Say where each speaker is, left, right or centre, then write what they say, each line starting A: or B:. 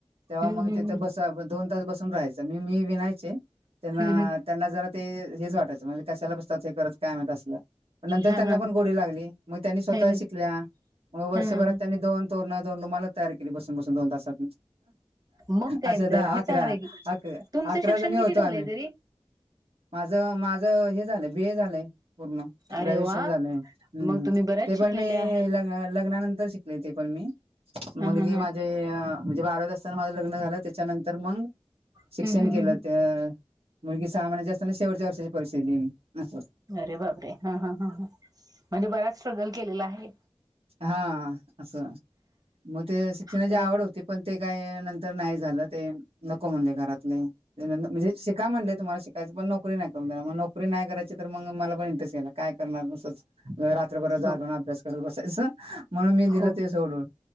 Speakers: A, on the right; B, on the right.
A: तेव्हा
B: हम्म
A: मग
B: हम्म
A: तिथे बस दोन तास बसून राहायचं मी मी विनायचे त्यांना
B: हम्म हम्म.
A: त्यांना जरा ते हेच वाटायचं म्हणजे कशाला बसतात हे करत काय मात असलं नंतर
B: हा
A: त्यांना
B: हा
A: पण गोडी लागली मग त्यांनी स्वतः
B: ह
A: शिकल्या मग वर्षभरात
B: ह
A: त्यांनी दोन तोरणत दोन रुमाल तयार केली बसून बसून दोन तासात
B: मग काय
A: अशा
B: तर
A: दहा
B: हे
A: अकरा
B: चांगलं आहे की
A: अक
B: तुमचं
A: अकरा
B: शिक्षण
A: जणी
B: किती
A: होतो
B: झालंय
A: आम्ही
B: तरी
A: माझ माझं हे झालंय बीए झालंय पूर्ण
B: अरे
A: ग्रॅज्युएशन
B: वा
A: झालं हम्म
B: मग तुम्ही बऱ्याच
A: ते पण
B: शिकलेले
A: मी
B: आहात
A: लग् लग्नानंतर शिकले ते पण मी
B: ह
A: मुलगी
B: ह ह
A: माझे म्हणजे बारावीत असताना माझं लग्न झालं त्याच्यानंतर मग
B: हम्म
A: शिक्षण
B: हम्म हम्म,
A: केलं त्या मुलगी सहा महिन्याच्या असताना शेवटच्या वर्षाची परीक्षा दिली मी असं
B: अरे बापरे हा हा ह म्हणजे बराच स्ट्रगल केलेला आहे.
A: हा असं मग ते शिक्षणाची
B: उलट-
A: आवड होती पण ते काय नंतर नाही झालं ते नको म्हणले घरातले म्हणजे शिका म्हणले तुम्हाला शिका त्या पण नोकरी नाही करून देणार मग नोकरी नाही करायची तर मग मला पण इंटरेस्ट याला काय करणार दुसरं रात्रभर जागून
B: हो
A: अभ्यास करत बसायचं. म्हणून मी दिलं
B: हो
A: ते सोडून